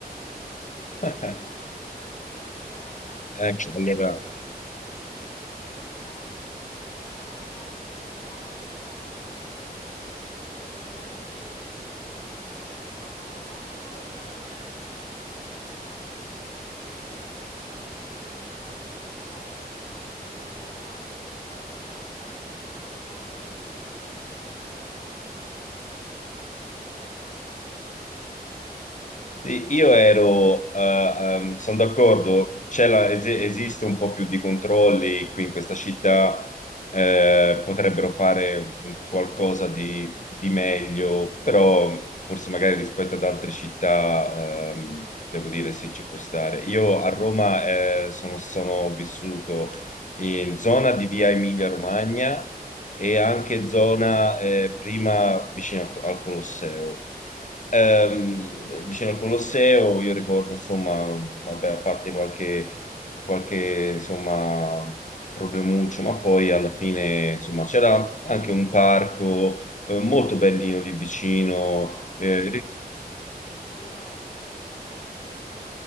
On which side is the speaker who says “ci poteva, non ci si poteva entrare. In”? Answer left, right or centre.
Left